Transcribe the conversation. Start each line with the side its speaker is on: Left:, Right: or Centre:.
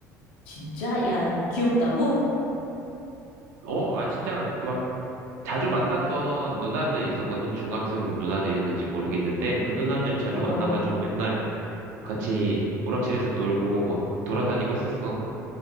Left: 진짜? 야, 귀엽다고?
Right: 어, 아, 진짜, 그 막, 자주 만났던 누나들 있었거든? 중학생 누나들이었는지 모르겠는데, 그 누나들 자주
Left: 어,
Right: 만나가지고 맨날 같이 오락실에서 놀고, 막 돌아다니고 했었어.